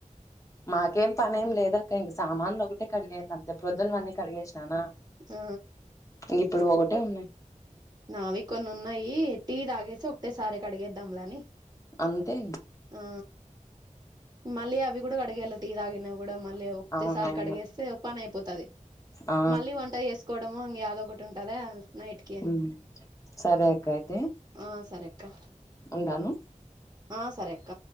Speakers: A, on the left (about 25°); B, on the right (about 30°).
A: మాకేం పని ఏం లేదక్క ఇంక సామాన్లు ఒకటే కడిగేయంది అంతే ప్రొద్దున అన్నీ కడిగేసిననా
B: ఆ
A: ఇంక ఇప్పుడు ఒకటే ఉన్నాయి
B: నావి కొన్ని ఉన్నాయి టీ తాగేసి ఒకటేసారి కడిగేద్దాంలే అని
A: అంతే
B: ఆ మళ్ళీ అవి కూడా కడిగేయాల టీ తాగిన కూడా మళ్ళీ ఒకతేసారి
A: అవునవును
B: కడిగేస్తే ఒక పని అయిపోతది
A: ఆ
B: మళ్ళీ వంట చేసుకోవడము ఇంక యాదో ఒకటి ఉంటదా నైట్ కి
A: ఉమ్ సరే అక్క అయితే
B: ఆ సరే అక్క
A: ఉంటాను
B: ఆ సరే అక్క